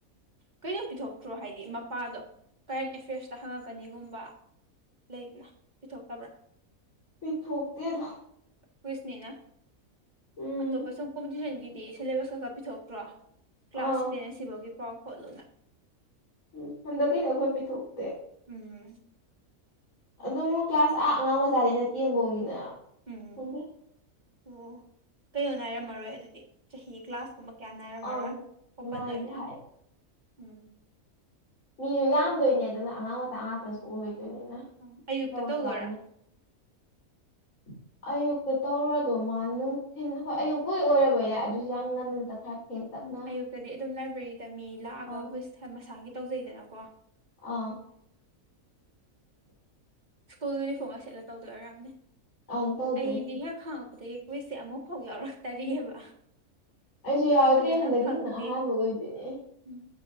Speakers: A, on the right; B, on the left.
A: ꯀꯩꯅꯣꯝ ꯄꯤꯊꯣꯛꯇ꯭ꯔꯣ ꯍꯥꯏꯗꯤ ꯃꯄꯥꯗꯣ ꯀꯔꯦꯟ ꯑꯦꯐ꯭ꯌꯔꯁꯇ ꯍꯪꯉꯛꯀꯅꯤꯒꯨꯝꯕ ꯂꯩꯗꯅ ꯄꯤꯊꯣꯛꯇꯕ꯭ꯔꯥ
B: ꯄꯤ ꯊꯣꯛꯣꯛꯇ ꯑꯗꯨꯣ
A: ꯀꯨꯏꯁꯅꯤꯅ
B: ꯎꯝ
A: ꯑꯇꯣꯞꯄ ꯁꯨꯝ ꯀꯣꯝꯄꯤꯇꯤꯁꯟꯒꯤꯗꯤ ꯁꯤꯂꯦꯕꯁꯀꯛꯀ ꯄꯤꯊꯣꯛꯇ꯭ꯔꯣ ꯀ꯭ꯂꯥꯁ
B: ꯑꯥ
A: ꯁꯤꯗꯅꯦ ꯁꯤꯐꯥꯎꯒꯤ ꯄꯥꯎ ꯈꯣꯠꯂꯨꯅ
B: ꯎꯝ ꯍꯟꯗꯛꯀꯤꯗꯤ ꯑꯩꯈꯣꯏ ꯄꯤꯊꯣꯛꯇꯦ
A: ꯎꯝ
B: ꯑꯗꯨꯝ ꯀ꯭ꯂꯥꯁ ꯑꯥ ꯑꯉꯥꯡ ꯃꯆꯥꯅꯤꯅ ꯇꯦꯟꯐꯧꯅꯤꯅ
A: ꯎꯝ
B: ꯈꯪꯗꯦ
A: ꯑꯣ ꯀꯩꯅꯣ ꯍꯥꯏꯔꯝꯃꯔꯣꯏ ꯑꯗꯨꯗꯤ ꯆꯍꯤ ꯀ꯭ꯂꯥꯁꯀꯨꯝꯕ ꯀꯌꯥ ꯅꯥꯏꯔꯝꯃꯔꯣꯏ
B: ꯑꯪ
A: ꯑꯣꯄꯟ
B: ꯅꯥꯏꯗꯦ
A: ꯑꯣꯏꯅ
B: ꯍꯥꯏ
A: ꯎꯝ
B: ꯃꯤꯁꯨ ꯌꯥꯝꯗꯣꯏꯅꯦ ꯑꯗꯨꯅ ꯑꯉꯥꯡ ꯃꯆꯥ ꯉꯥꯛꯇꯁꯨ ꯑꯣꯏꯗꯣꯏꯅꯤꯅ
A: ꯎꯝ ꯑꯌꯨꯛꯇ
B: ꯑꯆꯧꯕꯁꯨ
A: ꯇꯧꯗꯣꯏꯔꯥ
B: ꯌꯥꯎꯅꯦ <inaudible> ꯑꯌꯨꯛꯇ ꯇꯧꯔꯣ ꯃꯥꯜ ꯅꯨꯡꯊꯤꯜ ꯍꯣꯏ ꯑꯌꯨꯛꯇꯗꯤ ꯑꯣꯏꯔꯕ ꯌꯥꯏ ꯑꯗꯨꯁꯨ ꯌꯥꯝ ꯉꯟꯇ ꯈꯔ ꯊꯦꯡꯇꯛꯅ
A: ꯎꯝ ꯑꯌꯨꯛꯇꯗꯤ ꯑꯗꯨꯝ ꯂꯥꯏꯕ꯭ꯔꯦꯔꯤꯗ ꯃꯤ ꯂꯥꯛꯑꯒ
B: ꯑꯥ
A: ꯀꯨꯏꯁ ꯃꯁꯥꯒꯤ ꯇꯧꯖꯩꯗꯅꯀꯣ
B: ꯑꯥ
A: ꯁ꯭ꯀꯨꯜ ꯌꯨꯅꯤꯐꯣꯔꯝꯒ ꯁꯦꯠꯂ ꯇꯧꯗꯣꯏ ꯑꯣꯏꯔꯝꯅꯦ
B: ꯑꯪ ꯇꯧꯗꯣꯏꯅꯦ
A: ꯑꯩꯗꯤ ꯍꯦꯛ ꯍꯪꯉꯛꯄꯗꯒꯤꯩ ꯍꯨꯏꯁꯦ ꯑꯃꯨꯛ ꯐꯥꯎ ꯌꯥꯎꯔꯛꯇꯔꯤꯑꯕ
B: ꯑꯩꯁꯨ ꯌꯥꯎꯗ꯭ꯔꯤꯦ
A: ꯑꯗꯨꯅ
B: ꯍꯟꯗꯛꯀꯤꯁꯤꯅ
A: ꯈꯪꯗꯦ
B: ꯑꯍꯥꯟꯕ ꯑꯣꯏꯗꯣꯏꯅꯦ
A: ꯎꯝ